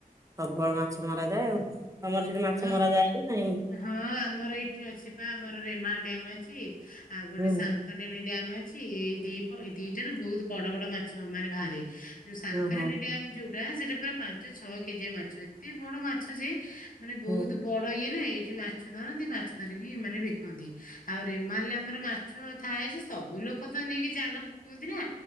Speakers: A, on the right; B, on the left.
A: ପ୍ରବଳ
B: ଓହୋ
A: ମାଛ ମରା ଯାଏ ଆଉ। ତମର ସେଠି ମାଛ
B: ହଁ
A: ମରାଯାଏ କି ନାଇଁ?
B: ହଁ ଆମର ଏଇଠି ଅଛି ପା ଆମର ରେମାଲ ଡାମ ଅ ଛି। ଆଉ ଗୋଟେ
A: ହୁଁ
B: ସାଂକାନେ ଡ୍ୟାମେ ଅଛି ଏଇ ଦି ଦିଟାରୁ ବହୁତ ବଡ ବଡ ମାଛ ମାନେ ବାହାରେ। ଯୋଉ ସାମ୍କାନେଡି
A: ଓହୋ
B: ଡ୍ୟମ୍ ଯୋଉ ପୁରା ସେଟା ପୁରା ପାଞ୍ଚ ଛଅ କେଜିଆ ମାଛ ଏତେ ବଡ ମାଛ ଯେ ମାନେ ବହୁତ
A: ହୁଁ
B: ବଡ ଇଏ ନା ଏଇଠି ମାଛ ଧରନ୍ତି ମାଛ ଧରିକି ମାନେ ବିକନ୍ତି ଆଉ ରେମାଲ ଆମର ମାଛ ଥାଏ ଯେ ସବୁ ଲୋକ ତ ନେଇକି ଜାଲ ପକାନ୍ତି ନା।